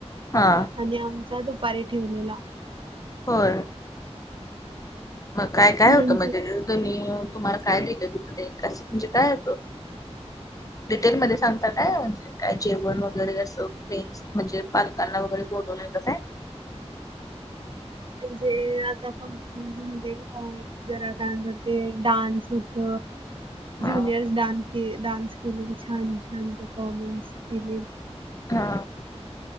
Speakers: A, on the left; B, on the right.
A: हा.
B: आणि आमचा दुपारी ठेवलेला.
A: होय. मग काय काय
B: म्हणजे
A: होतं? <unintelligible> तुम्ही तुम्हाला काय दिलं गिफ्ट? <unintelligible> म्हणजे काय डिटेलमध्ये सांगता काय म्हणजे काय जेवण वगैरे असं म्हणजे पालकांना वगैरे बोलवलेल काय?
B: म्हणजे आता फंक्शन म्हणजे अ जरा काय म्ह ते डान्स होत
A: हा
B: ज्युनिअर्स डान्स के डान्स केलेली, छान छान परफॉर्मन्स केली
A: हा.